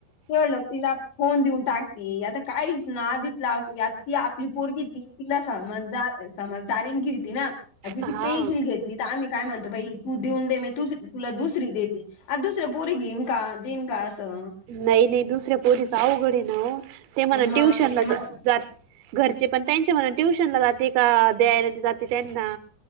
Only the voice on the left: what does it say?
तेव ल तिला फोन देऊन टाकते आता काहीच नादीच लावली ती आपली पोरगी ती तिला समजदार समजदारीन घेती ना. तिची
पेन्सिल घेतली तर आम्ही काय म्हणतो बाई तू देऊन दे म तु तुला दुसरी देेते आ दुसरं पोरी घेईन का देन का असं
मग
मग